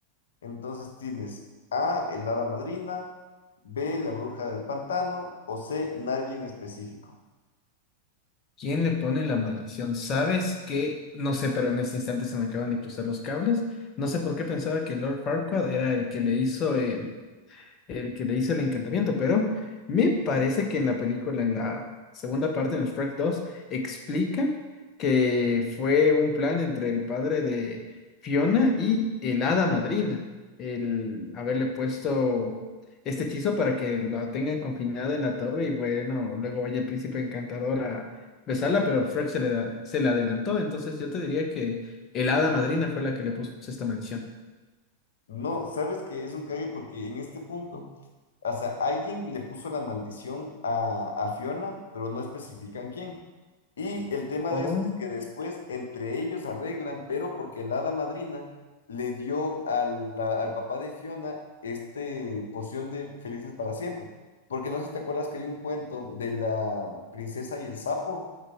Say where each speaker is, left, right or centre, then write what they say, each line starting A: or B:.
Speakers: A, on the left; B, on the left.
A: Entonces tienes A, el hada madrina, B, la bruja del pantano o C, nadie en específico.
B: ¿Quién le pone la maldición? ¿Sabes qué? No sé, pero en este instante se me acaban de cruzar los cables. No sé por qué pensaba que Lord Farquaad era el que le hizo el, el que le hizo el encantamiento, pero me parece que en la película, en la segunda parte, en el Shrek 2 explica que fue un plan entre el padre de Fiona y el hada madrina, el haberle puesto este hechizo para que la tengan confinada en la torre y bueno, luego vaya el príncipe encantador a besarla, pero Shrek se le, da- se le adelantó, entonces yo te diría que el hada madrina fue la que le puso esta maldición.
A: No, sabes que es un cague porque en este punto, o sea, alguien le puso la maldición a, a Fiona, pero no especifican quién. Y el tema
B: Oh,
A: de eso es que después entre ellos arreglan, pero porque la hada madrina le dio al, la- al papá de Fiona este poción de felices para siempre. Porque no sé si te acuerdas que hay un cuento de la princesa y el sapo.